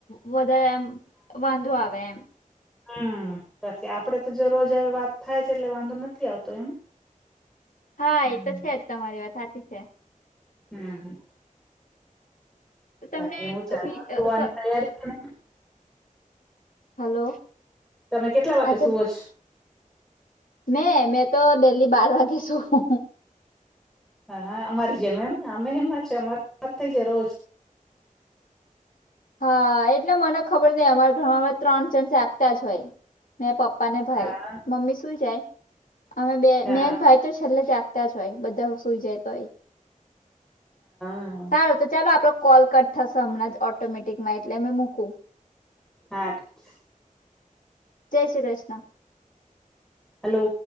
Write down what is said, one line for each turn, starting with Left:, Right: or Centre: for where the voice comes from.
Left: વ વધારે એમ વાંધો આવે એમ
Centre: હમ બાકી આપડે તો જો રોજ આવી વાત થાય છે એટલે વાંધો નથી આવતો એમ-
Left: હા
Centre: હમ
Left: એ તો છે જ તમારી વાત હાચી છે.
Centre: હમ હમ
Left: તો તમને
Centre: બાકી હું ચાલે
Left: વી-
Centre: સુવાની
Left: અ, સ-
Centre: તૈયારી છેને
Left: હલો
Centre: તમે કેટલા વાગે
Left: આજે
Centre: સુુવો છો?
Left: મેં મેં તો દેલી બાર વાગે સૂવું.
Centre: હા અમારી જેમ એમ અમે એમજ અમાર થઈ જાય રોજ-
Left: હા એટલે મને ખબર નઈ અમારા ઘરમાં અમે ત્રણ જણ જાગતા જ હોય. મેં પપ્પા ને ભાઈ
Centre: હા હા
Left: મમ્મી સુઈ જાય અમે બે
Centre: હા
Left: બેન ભાઈ- તો છેલ્લે જાગતા જ હોય બધા સુઈ જાય તોય તો-
Centre: હા
Left: સારું તો ચાલો આપડો કોલ કટ થશે હમણાં જ ઓ- ઓટોમેટિકમાં એટલે મેં મૂકું-
Centre: આઠ
Left: જય શ્રી કૃષ્ણ.
Centre: હલો